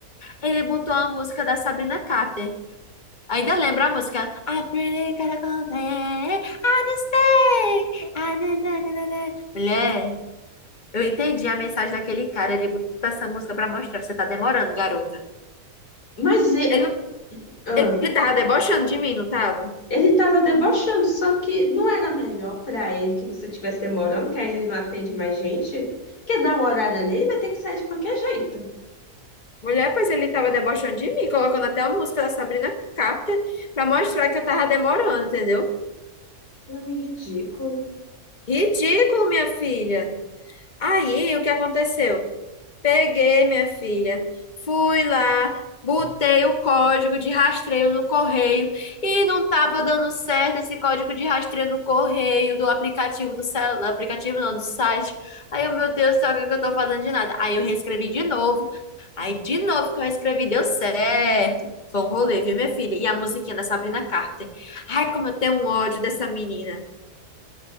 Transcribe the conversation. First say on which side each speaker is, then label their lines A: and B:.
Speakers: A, on the left (about 30°); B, on the left (about 85°).
A: Ele botou a música da Sabrina Carpenter. Ainda lembra a música? I pretty gotta go there. I don't stay. Ah, na, na, na, na, na. Mulher. Eu entendi a mensagem daquele cara. Ele botou essa música pra mostrar. Você tá demorando, garota.
B: Mas e-
A: Ele, não,
B: ah,
A: ele tava debochando de mim, não tava?
B: ele estava debochando, só que não era melhor para ele que você estivesse demorando, que aí ele não atende mais gente? Quer dar um horário ali, ele vai ter que sair de qualquer jeito.
A: Mulher, pois ele tava debochando de mim, colocando até a música da Sabrina Carpenter pra mostrar que eu tava demorando, entendeu?
B: Nome ridículo.
A: Ridículo, minha filha. Aí, o que aconteceu? Peguei, minha filha. Fui lá, botei o código de rastreio no correio e não estava dando certo esse código de rastreio no correio do aplicativo do celular, aplicativo não, do site. Aí eu, meu Deus do céu, o que que eu tô fazendo de nada? Aí eu reescrevi de novo. Aí de novo que eu escrevi deu certo. Foi um rolê, viu, minha filha? E a musiquinha da Sabrina Carter. Ai, como eu tenho um ódio dessa menina.